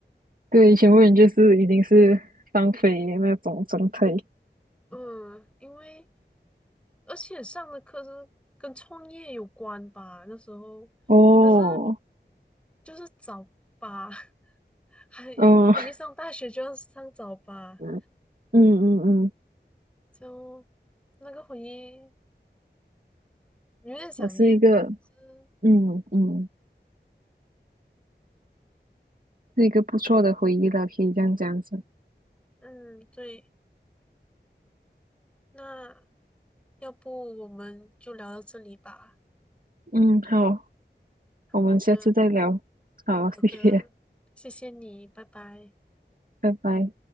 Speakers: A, on the right; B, in the centre.
A: 对以前问就是已经是放飞的那种状态
B: <laughs> 嗯，因为而且上的课是跟创业有关吧，那时候可是
A: 哦，
B: 就是早八，<laughs> 还还没上大学就要上早八。
A: 哦，<laughs> 嗯嗯嗯，
B: 就那个回忆有点想念。
A: 我是一个
B: 是，
A: 嗯嗯，是一个不错的回忆了，可以这样讲子。
B: 嗯，对，那要不我们就聊到这里吧。
A: 嗯，好，
B: 好的，
A: 我们下次再聊。好，
B: 好的，
A: 谢谢，
B: 谢谢你，拜拜。
A: 拜拜。